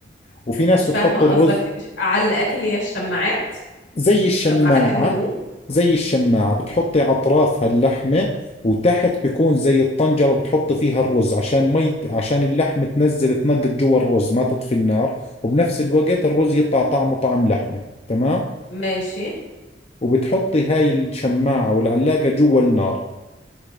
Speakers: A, on the left; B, on the left.
A: وفي ناس
B: مش فاهمة
A: بتحط
B: قصدك
A: الرز
B: علقات اللي هي الشماعات
A: زي الشماعة
B: شماعات الهدوم
A: زي الشماعة بتحطي أطرافها اللحمة وتحت بيكون زي الطنجرة بتحطي فيها الرز عشان مي عشان اللحمة تنزل تنقط جوا الرز ما تطفي النار وبنفس الوقت الرز يطلع طعمه طعم لحمة تمام
B: ماشي
A: وبتحطي هاي الشماعة والعلاقة جوا النار